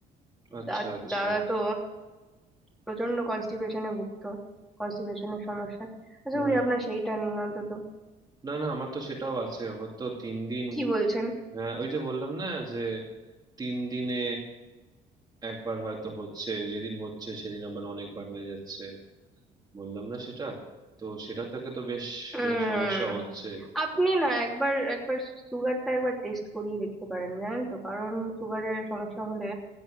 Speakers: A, on the right; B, in the centre.
A: আচ্ছা
B: দা-
A: আচ্ছা
B: দাদা তো প্রচন্ড কনস্টিপেশনে ভুগতো কনস্টিপেশনের সমস্যা আশা
A: হুম
B: করি আপনার সেইটা নেই অন্তত
A: না না আমার তো সেটাও আছে আমার তো তিন দিন
B: কি বলছেন
A: হ্যাঁ ওই যে বললাম না যে তিন দিনে একবার হয়তো হচ্ছে যেদিন হচ্ছে সেদিন আবার অনেকবার হয়ে যাচ্ছে বললাম না সেটা তো সেটা থেকে তো বেশ
B: উম
A: মানে সমস্যা হচ্ছে
B: আপনি না একবার একবার সুগারটা একবার টেস্ট করিয়ে দেখতে পারেন জানেন তো কারণ সুগারের সমস্যা হলে